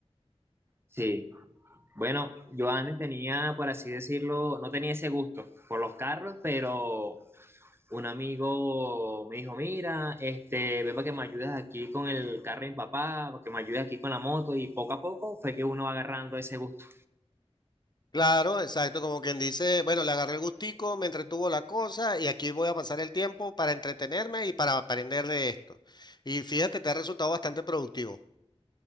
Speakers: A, on the right; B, on the left.
A: Sí. Bueno, yo antes tenía, por así decirlo, no tenía ese gusto por los carros, pero un amigo me dijo, mira, este, ven para que me ayudes aquí con el carro de mi papá, para que me ayudes aquí con la moto, y poco a poco fue que uno va agarrando ese gusto.
B: Claro, exacto, como quien dice, bueno, le agarré el gustico, me entretuvo la cosa y aquí voy a pasar el tiempo para entretenerme y para aprender de esto. Y fíjate, te ha resultado bastante productivo.